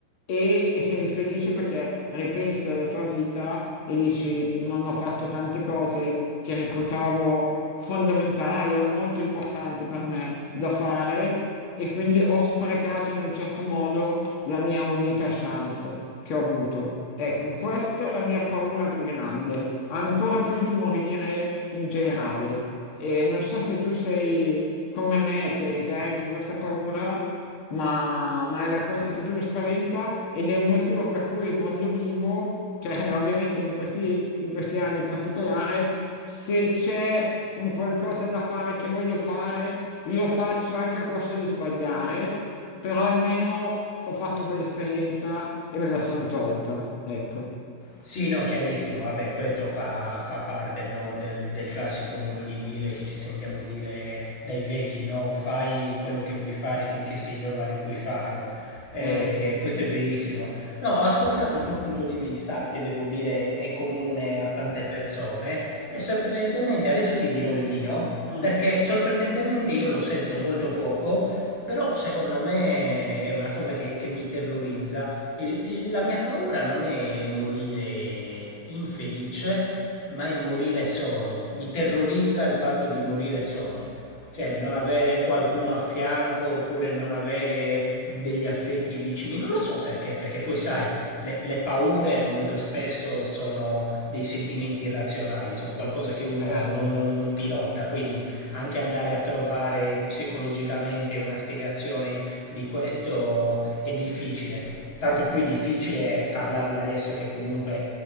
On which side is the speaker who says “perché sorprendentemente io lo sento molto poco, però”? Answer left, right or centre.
Left